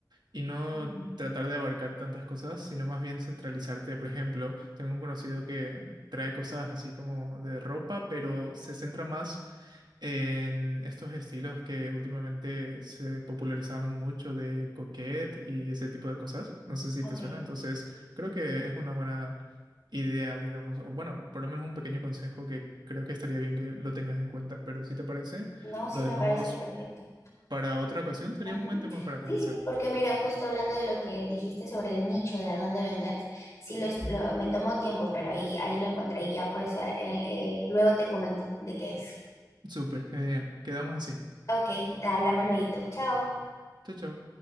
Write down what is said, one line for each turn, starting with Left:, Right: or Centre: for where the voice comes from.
Right: y no
Left: ujú,
Right: tratar de abarcar tantas cosas, sino más bien centralizarte. Por ejemplo, tengo un conocido que trae cosas así como de ropa, pero se centra más en estos estilos que últimamente se popularizaron mucho de coquette y ese tipo de cosas. No sé si
Left: ok.
Right: te suena, entonces creo que es una buena idea, digamos, o bueno, por lo menos un pequeño consejo que creo que estaría bien que lo tengas en cuenta, pero si te parece,
Left: No, sí
Right: lo dejamos
Left: me parece perfecto.
Right: para otra ocasión, sería
Left: Ujú.
Right: un buen tema para
Left: Sí,
Right: conversar.
Left: sí, porque mira, justo hablando de lo que dijiste sobre el nicho, de a dónde vender, sí lo, es- lo- me tomó tiempo, pero ahí, ahí lo encontré y ya por eso eh, eh, luego te comento de qué es.
Right: Súper, genial. Quedamos así.
Left: Ok, hablamos luego. Chao.
Right: Chao, chao.